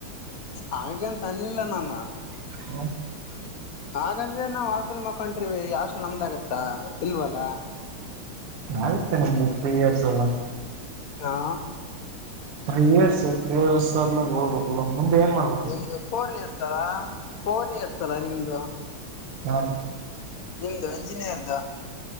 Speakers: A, on the left; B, on the right.
A: ಹಾಗೆಂತ ಅಲ್ಲಿಿಲ್ಲ ನಾನು
B: ಹ
A: ಹಾಗಂದ್ರೆ ನಾವ್ ಹಾಸ್ಟೆಲ್ ಮಕಂಟ್ರೀವಿ ಹಾಸ್ಟೆಲ್ ನಮ್ದಾಗತ್ತ ಇಲ್ವಲ್ಲ
B: ನಗತ್ತೆ ನಿಮ್ದು ತ್ರ್ರೀ ಇಯರ್ಸ್ ಅಲ್ಲ
A: ಹಾ
B: ಪ್ರಿಯರ್ಷ ಪ್ರಿಯರ್ಸ ಆದ್ಮೇಲೆ ಹೋಗ್ಬೇಕಲ್ಲ ಮುಂದೆ ಏನ್ ಮಾಡ್
A: ನಿಮ್ದು ಫೋರ್ ಇಯರ್ಸ್ ಅಲಾ ಫೋರ್ ಇಯರ್ಸ್ ಅಲ್ಲಾ ನಿಮ್ದು
B: ಹಾ
A: ನಿಮ್ದು ಎಂಜಿನಿಯರ್ದು